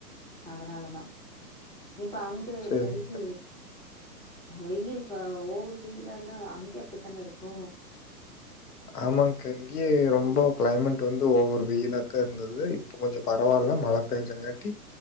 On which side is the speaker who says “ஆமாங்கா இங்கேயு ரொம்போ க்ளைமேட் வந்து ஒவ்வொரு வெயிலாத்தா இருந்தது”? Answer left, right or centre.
Left